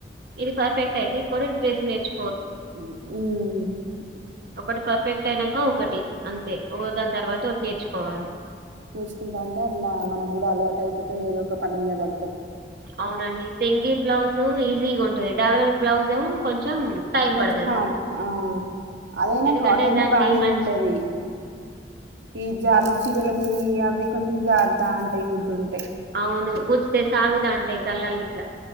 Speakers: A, on the right; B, on the right.
A: ఇది పర్ఫక్ట్ అయితే <unintelligible> కూడా డ్రెస్ నేర్చు
B: ఉను
A: ఒకటి పర్ఫెక్ట్ అయినాంక ఒకటి అంతే ఒకదాని తర్వాత ఒకటి నేర్చుకోవాలి
B: చేసుకుంటా అంటే అట్లా మనకు కూడా అలవాటు అయిపోతాది ఏదో ఒక పని మీద పడు
A: అవునండి సింగిల్ బ్లౌజ్ ఈజీగా ఉంటంది డబుల్ బ్లౌజ్ ఏమో కొంచెం కొంచెం టైం
B: కొంచెం
A: పడుతాది
B: హా ఆ అదైనా
A: ఎందుకంటే
B: కాటన్ది
A: దాన్ని
B: బానే
A: మంచి
B: ఉంటది ఈ జారు చీరల మీద అవి కొంచెం జారుతా ఉంటాయి కుడుతుంటాయి
A: అవును గుచ్చితే సాగుతాంటాయి గల్లాల గిట్లా